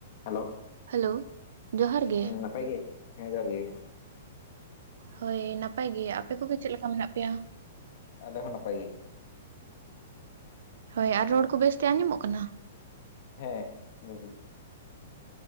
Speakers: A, on the left (about 40°); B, on the right (about 60°).
A: Hello
B: hello ᱡᱚᱦᱟᱨ ᱜᱮ
A: ᱦᱩᱸ ᱱᱟᱯᱟᱭ ᱜᱮ ᱦᱮᱸ ᱡᱚᱦᱟᱨ ᱜᱮ
B: ᱦᱳᱭ ᱱᱟᱯᱟᱭ ᱜᱮ ᱟᱯᱮ ᱠᱚᱜᱮ ᱪᱮᱫ ᱞᱮᱠᱟ ᱢᱮᱱᱟᱜ ᱯᱮᱭᱟ
A: ᱟᱞᱮ ᱦᱚᱸ ᱱᱟᱯᱟᱭ ᱜᱮ
B: ᱦᱳᱭ ᱟᱨ ᱨᱚᱲ ᱠᱚ ᱵᱮᱥᱛᱮ ᱟᱸᱡᱚᱢᱚᱜ ᱠᱟᱱᱟ
A: ᱦᱮᱸ ᱵᱮᱥ ᱜᱮ